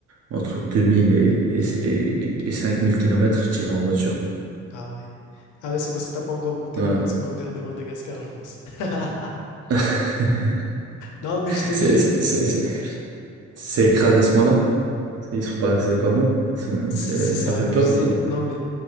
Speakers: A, on the right; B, on the left.
A: entre 2000 et, et, et, et 5000 kilomètres je dirais en voiture.
B: Ah ouais. Ah ouais, c'est parce que t'as pas encore goûté
A: Ouais.
B: les routes secondaires de Madagascar, je pense. <laughs>
A: <laughs>
B: Non, mais je te
A: C'est
B: jure,
A: c'est- c'est- c'est- c'est crade à ce point-là. C'est ils sont pas, c'est pas bon. Ils sont-
B: c'est
A: c'est-
B: c'est- c'est
A: Ça
B: abusé.
A: fait peur ou quoi?
B: Non, mais